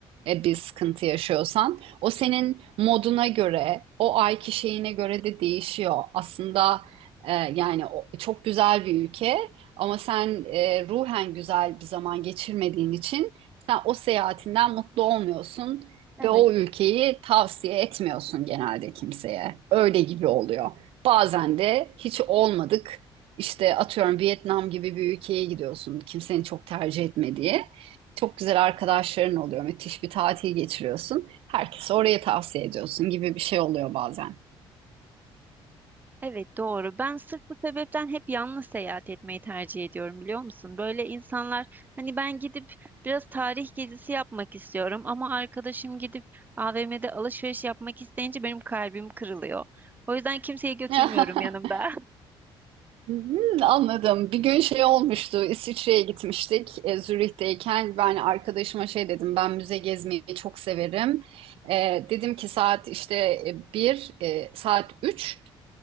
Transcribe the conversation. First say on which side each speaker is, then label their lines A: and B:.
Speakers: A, on the right; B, on the right.
A: e, bir sıkıntı yaşıyorsan o senin moduna göre, o ayki şeyine göre de değişiyor. Aslında e, yani o- çok güzel bir ülke ama sen e, ruhen güzel bir zaman geçirmediğin için sen o seyahatinden mutlu olmuyorsun
B: Evet,
A: ve o ülkeyi tavsiye etmiyorsun genelde kimseye. Öyle gibi oluyor. Bazen de hiç olmadık. İşte atıyorum Vietnam gibi bir ülkeye gidiyorsun. Kimsenin çok tercih etmediği. Çok güzel arkadaşların oluyor. Müthiş bir tatil geçiriyorsun. Herkese oraya tavsiye ediyorsun gibi bir şey oluyor bazen.
B: evet doğru. Ben sırf bu sebepten hep yalnız seyahat etmeyi tercih ediyorum biliyor musun? Böyle insanlar hani ben gidip biraz tarih gezisi yapmak istiyorum ama arkadaşım gidip AVM'de alışveriş yapmak isteyince benim kalbim kırılıyor. O yüzden kimseyi götürmüyorum
A: <laughs>
B: yanımda.
A: Hmm, Anladım. Bir gün şey olmuştu. İsviçre'ye gitmiştik. E, Zürih'teyken ben arkadaşıma şey dedim. Ben müze gezmeyi çok severim. E, dedim ki saat işte e, bir, e, saat üç.